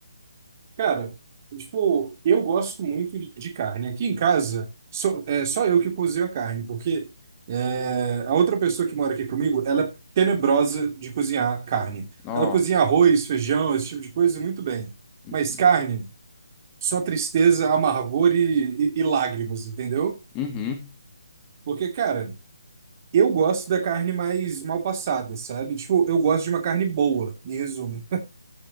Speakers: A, on the right (about 35°); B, on the left (about 15°).
A: Cara, tipo, eu gosto muito de de carne. Aqui em casa, só, é só eu que cozinho a carne, porque é, a outra pessoa que mora aqui comigo, ela é tenebrosa de cozinhar carne.
B: Nossa.
A: Ela cozinha arroz, feijão, esse tipo de coisa muito bem.
B: Uhum.
A: Mas carne, só tristeza, amargor e, e, e lágrimas, entendeu?
B: Uhum.
A: Porque, cara, eu gosto da carne mais mal passada, sabe? Tipo, eu gosto de uma carne boa, em resumo.